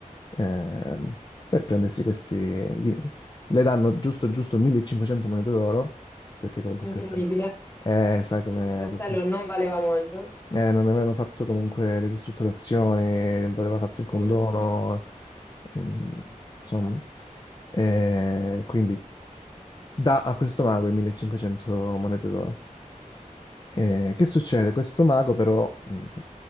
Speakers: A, on the left; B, on the left.
A: ehm, per prendersi questi... gli- Le danno giusto giusto 1500 monete d'oro, perché comunque il
B: Incredibile.
A: castello... Eh, sai com'è,
B: Il castello
A: purtroppo.
B: non valeva molto.
A: Eh, non avevano fatto comunque le ristrutturazioni, non aveva fatto il condono,
B: Mm.
A: mm, insomma. Eh, quindi dà a questo mago i 1500 monete d'oro. Eh, che succede? Questo mago però mm,